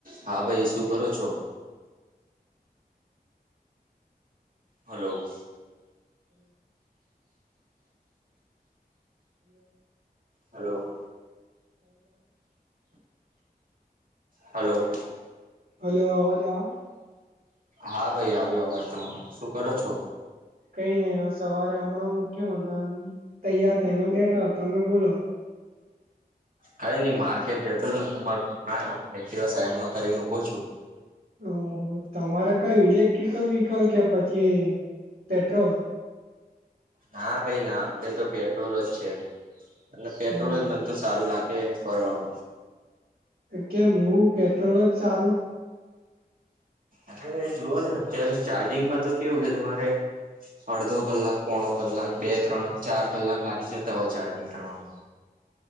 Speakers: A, on the right; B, on the right.
A: હા ભાઈ શું કરો છો? હાલો.
B: <inaudible>
A: હાલો.
B: <unintelligible>
A: હાલો.
B: હાલો અવાજ આવે?
A: હા ભાઈ આવ્યો અવાજ તમારો શું કરો છો?
B: કઈ નઈ હવે સવારે હમણાં ઉઠ્યો અને તૈયાર થઈને બેઠા તમે બોલો
A: કઈ ની માર્કેટ જતો હતો તમારો ફોન આવ્યો એકટીવા સાઈડમાં કરીને ઉભો છું.
B: ઓહો તમારે કઈ ઇલેક્ટ્રિકલ વ્હીકલ કે પછી પેટ્રોલ
A: ના ભાઈ ના આપડે તો પેટ્રોલ જ છે, અને પેટ્રોલ
B: હ
A: જ મને તો સારું લા ગે ફવામાં
B: કેમ એવું પેટ્રોલ જ સારું?
A: અરે જુઓ ને અત્યારે ચાર્જિંગમાં તો કેવું કે તમારે અડધો કલાક પોણો કલાક બે ત્રણ ચાર કલાક લાગી જતા હોય ચાર્જિંગ કરવામાં
B: <unintelligible>